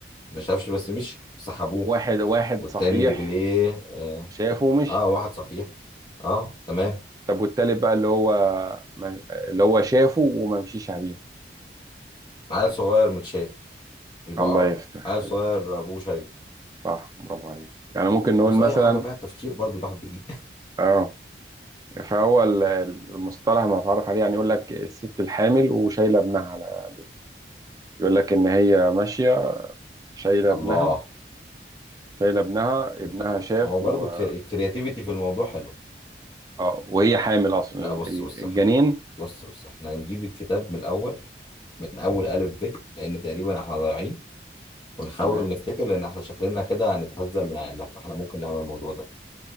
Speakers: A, on the left (about 25°); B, on the right (about 20°).
A: ما شافش بس مشي سحبوه
B: وواحد واحد
A: والتاني
B: صحيح
A: رجليه اه
B: شافه ومشي
A: آه، واحد صحيح اه تمام
B: طب والتالت بقى اللي هو ما- اللي هو شافه وما مشيش عليه
A: عيل صغير متشايل يبقى
B: الله يفتح
A: عيل
B: عليك
A: صغير أبوه شايل
B: صح برافو عليك يعني ممكن نقول
A: بص
B: مثلا
A: اي حاجه فيها التفكير برضو الواحد بيجيب
B: اه فهو ال- المصطلح المتعارف عليه يعني يقول لك الست الحامل وشايله ابنها على ايديها يقول لك ان هي ماشيه شايله
A: <laughs> الله
B: ابنها شايله ابنها ابنها
A: لا
B: شاف
A: هو برضو
B: و...
A: الكرياتيفيتي في الموضوع حلو
B: آه، وهي حامل اصلا
A: لا
B: ال-
A: بص
B: ال-
A: بص
B: الجنين
A: احنا بص بص احنا هنجيب الكتاب من الاول من اول الف ب لان تقريبا احنا ضايعين ونحاول
B: تمام
A: نفتكر لان احنا شكلنا كده هنتهزق من عيننا فاحنا ممكن نعمل الموضوع ده